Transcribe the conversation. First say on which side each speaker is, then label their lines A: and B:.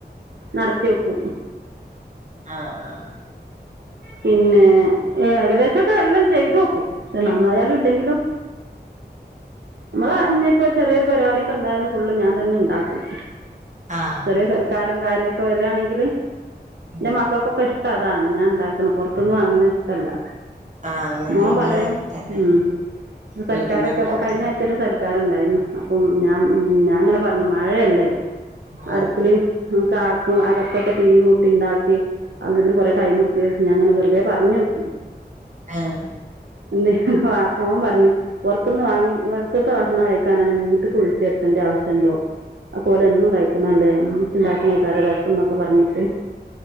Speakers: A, on the right; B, on the right.
A: നടത്തി ഓക്കും
B: ആഹ് ആഹ്
A: പിന്നെ ഏകദേശക്കെ എല്ലാം ചെയ്തോക്കും പഷേ നന്നായാലും ഇല്ലെങ്കിലും നമ്മള് ഞ്ഞി പ്പ ചെറിയൊര് പരിപാടിയൊക്കെണ്ടായാലും ഫുള്ള് ഞാൻ തന്നെണ്ടാക്കും
B: ആഹ് ആഹ്
A: ചെറിയ സൽക്കാരം കാര്യക്കെ വരുവാണങ്കില് ന്റെ
B: ആഹ്
A: മക്കക്കൊക്കെ ഇഷ്ട്ടം അതാണ് ഞാൻ ണ്ടാ ക്കണം പൊറത്തുന്ന് വാങ്ങണഇഷ്ട്ടല്ല
B: ആഹ്
A: മോൻ
B: ഞങ്ങള്
A: പറയും
B: അങ്ങനെ തന്നെ
A: ഉം സൽക്കാരൊക്കെ
B: വീട്ടിൽന്ന് ഉണ്ടാക്കുന്നത്
A: പ്പ കഴ്ഞ്ഞാഴ്ച്ചഒര് സൽ സൽക്കാരണ്ടാര്ന്നു. അപ്പം ഞാൻ ഞാൻ ങ്ങനെ പറഞ്ഞു മഴയല്ലേ
B: ആഹ്
A: അടുപ്പില് കാക്കും അകത്തൊക്കെ തീ കൂട്ടിണ്ടാക്കി അപ്പത്തേന് കൊറേ ടൈം എട് ക്ക് ഞാൻങ്ങനെ വെറുതെ പറഞ്ഞോക്കി
B: ആഹ്
A: എന്തേ അപ്പ ഓൻ പറഞ്ഞു പൊറത്തുന്ന് വാങ്ങി പൊറത്തത്തെ ഭക്ഷണം കഴിക്കാനാണെങ്കി വീട്ട്ക്ക് വിളിച്ച് വര്ത്തണ്ട ആവശ്യണ്ടോ അക്കൊല് എന്നും കഴിക്കണല്ലേ മ്മച്ചിണ്ടാക്കണെക്കാരം രസം എന്നൊക്കെ പറഞ്ട്ട്